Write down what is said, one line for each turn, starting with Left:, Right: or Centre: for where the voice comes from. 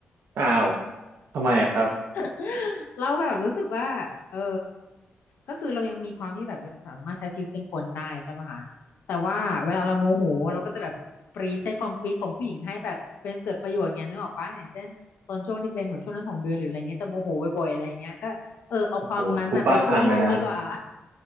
Right: อ้าวทำไมอะครับ
Left: <laughs> เราแบบรู้สึกว่าเออก็คือเรายังมีความที่แบบเราสามารถใช้ชีวิตเป็นคนได้ใช่ปะคะแต่ว่าเวลาเราโมโหเราก็จะแบบปรีใช้ความปรีดของผู้หญิงให้แบบเป็นเกิดประโยชน์ไงนึกออกปะอย่างเช่นตอนช่วงที่เป็นแบบช่วงนั้นของเดือนหรืออะไรเงี้ยจะโมโหบ่อยๆอะไรอย่างเงี้ยก็เออเอาความนั้นอ่ะไปช่วยโลกดีกว่า
Right: โอ้โหทุบบ้านพังเลยนะ